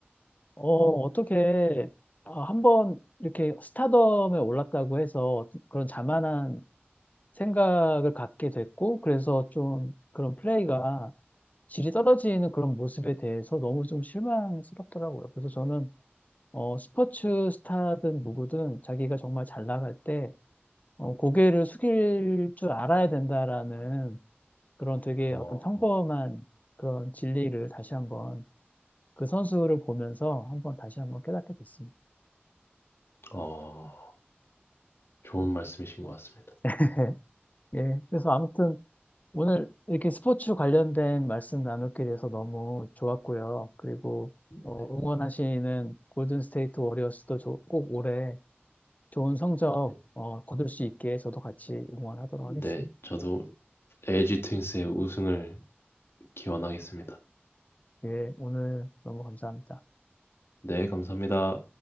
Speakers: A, on the left (about 40°); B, on the left (about 70°).
A: 어, 어떻게 아, 한번 이렇게 스타덤에 올랐다고 해서 그런 자만한 생각을 갖게 됐고 그래서 좀 그런 플레이가 질이 떨어지는 그런 모습에 대해서 너무 좀 실망스럽더라고요. 그래서 저는 어, 스포츠 스타든 누구든 자기가 정말 잘 나갈 때 어, 고개를 숙일 줄 알아야 된다라는 그런 되게
B: 어,
A: 어떤 평범한 그런 진리를 다시 한번 그 선수를 보면서 한번 다시 한번 깨닫게 됐습니다.
B: 어. 좋은
A: <laughs>
B: 말씀이신 것 같습니다.
A: 네. 예. 그래서 아무튼 오늘 이렇게 스포츠 관련된 말씀 나누게 돼서 너무 좋았고요. 그리고
B: 네,
A: 어, 응원하시는 골든 스테이트 워리어스도 조- 꼭 올해 좋은 성적
B: 네,
A: 어, 거둘 수 있게 저도 같이 응원하도록
B: 음.
A: 하겠습니다.
B: 네, 저도 LG 트윈스의 우승을 기원하겠습니다.
A: 예, 오늘 너무 감사합니다.
B: 네, 감사합니다.